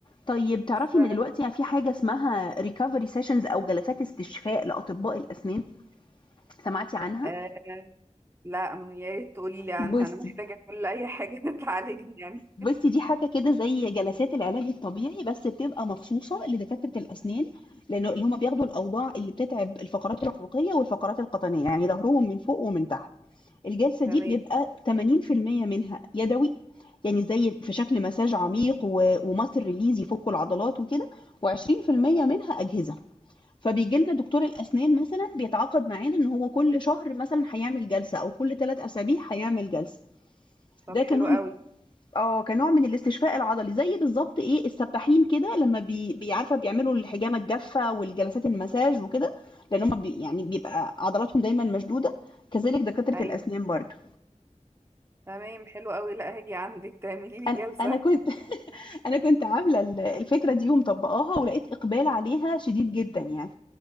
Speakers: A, on the left (about 40°); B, on the right (about 20°).
A: طيب تعرفي
B: ف
A: ان دلوقتي في حاجة اسمها ريكفري سيشنز او جلسات استشفاء لأطباء الأسنان سمعتي عنها
B: آه لا م- يا ريت تقولي لي عنها
A: بصي
B: انا محتاجه كل اي حاجه <laughs> تعالجني يعني
A: بُصي، دي حاجة كده زي جلسات العلاج الطبيعي، بس بتبقى مخصوصة لدكاترة الأسنان، لأنه اللي هم بياخدوا الأوضاع اللي بتتعب الفقرات العنقية والفقرات القطنية، يعني ضهرهم من فوق ومن تحت. الجلسة دي
B: تمام
A: بيبقى 80% منها يدوي، يعني زي في شكل مساج عميق و وmuscle release يفكوا العضلات وكده، و20% منها أجهزة. فبييجي لنا دكتور الأسنان مثلًا بيتعاقد معانا إن هو كل شهر مثلًا هيعمل جلسة أو كل 3 أسابيع هيعمل جلسة.
B: طب
A: ده
B: حلو
A: كنوع
B: قوي
A: آه، كنوع من الاستشفاء العضلي، زي بالضبط إيه، السباحين كده لمّا بي بي عارفة بيعملوا الحجامة الجافة والجلسات المساج وكده، لإن هُم بي يعني بيبقى عضلاتهم دايمًا مشدودة، كذلك دكاترة
B: ايوه
A: الأسنان برضه.
B: تمام حلو قوي لا هاجي عندك تعملي لي
A: أنا
B: جلسه
A: أنا كنت <laughs> أنا كنت عاملة ال الفكرة دي ومطبّقاها ولقيت إقبال عليها شديد جدًا يعني،